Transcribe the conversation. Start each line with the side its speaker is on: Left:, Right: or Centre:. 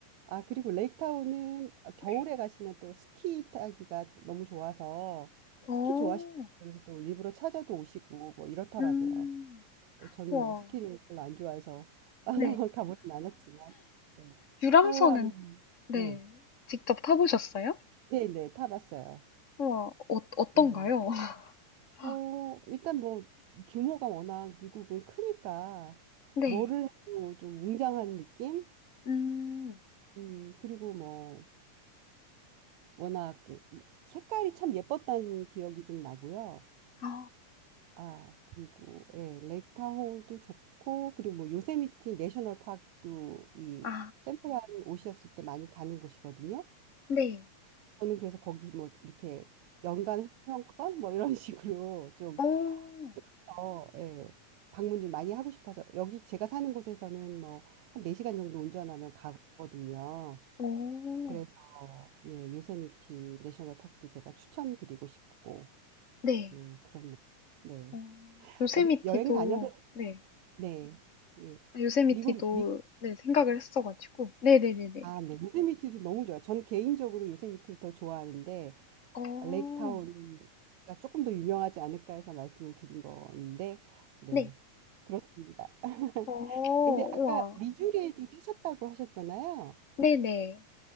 Right: 아, 그리고 레이크 타호는 겨울에
Left: 네.
Right: 가시면 또 스키 타기가 너무 좋아서
Left: 어,
Right: 스키 좋아하시는 분들은 또 일부러 찾아도 오시고 뭐 이렇더라고요.
Left: 음,
Right: 네, 저는
Left: 와.
Right: 뭐 스키를 별로 안 좋아해서 <laughs>
Left: 네.
Right: 가보진 않았지만 네.
Left: 유람선은,
Right: 타오하면
Left: 네.
Right: 네,
Left: 직접 타보셨어요?
Right: 네, 네, 타봤어요.
Left: 우와, 어, 어떤가요?
Right: 예.
Left: <laughs>
Right: 어, 일단 뭐 규모가 워낙 미국은 크니까
Left: 네.
Right: 뭐를 해도 좀 웅장한 느낌?
Left: 음,
Right: 음, 그리고 뭐 워낙 그 색깔이 참 예뻤다는 기억이 좀 나고요.
Left: 아,
Right: 아, 그리고 예, 레이크 타호도 좋고 그리고 뭐 요세미티 내셔널 파크도 이
Left: 아,
Right: 샌프란 오셨을 때 많이 가는 곳이거든요.
Left: 네.
Right: 저는 그래서 거기 뭐 이렇게 연간 회원권 뭐 이런 <laughs> 식으로 좀
Left: 오,
Right: 더, 예, 방문 좀 많이 하고 싶어서 여기 제가 사는 곳에서는 뭐 한 4시간 정도 운전하면 가거든요.
Left: 오,
Right: 그래서 예, 요세미티 내셔널 파크도 제가 추천드리고 싶고
Left: 네.
Right: 예, 그렇네요. 네.
Left: 어,
Right: 네.
Left: 요세미티도,
Right: 어디 여행 다녀서
Left: 네.
Right: 네. 예.
Left: 아, 요세미티도,
Right: 미국 미
Left: 네, 생각을 했어가지고. 네네네네.
Right: 아, 네. 요세미티도 너무 좋아요. 저는 개인적으로 요세미티를 더 좋아하는데
Left: 어,
Right: 레이크타운가 조금 더 유명하지 않을까 해서 말씀을 드린 건데, 네,
Left: 네.
Right: 그렇습니다. <laughs>
Left: 어,
Right: 근데 아까
Left: 우와.
Right: 미주리에도 사셨다고 하셨잖아요.
Left: 네네.